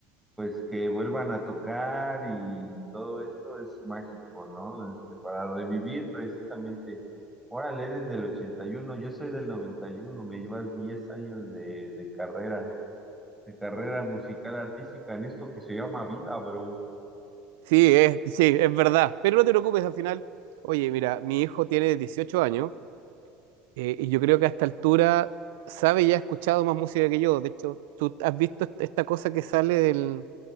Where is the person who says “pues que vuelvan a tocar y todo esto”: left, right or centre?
Centre